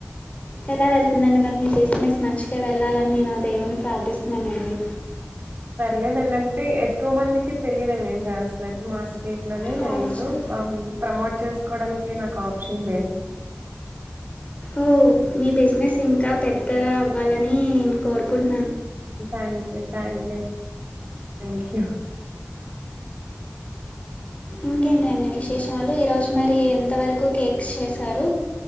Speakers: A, on the left (about 30°); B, on the right (about 45°).
A: ఎలా వెళ్తుందండి మరి మీ బిజినెస్ మంచిగా వెళ్ళాలని నేను ఆ దేవుణని ప్రార్థిస్తున్నానండి
B: పర్లేదండి అంటే ఎక్కువ మందికి తెలిదండి ఏం చేస్తున్నట్ మాస్ స్ట్ లోనే
A: కాల్
B: తెలుసు
A: వచ్చింది
B: ప్రమోట్ చస్ ఇకోడానికి నాకు ఆప్షన్ లే
A: ఓ మీ బిజినెస్ ఇంకా పెద్ద అవ్వాలని నేను కోరుకుంటు
B: thank you thank you thank you
A: ఇంకేంటండి విశేషాలు ఈరోజు మరి ఎంతవరకు కేక్స్ చేశారు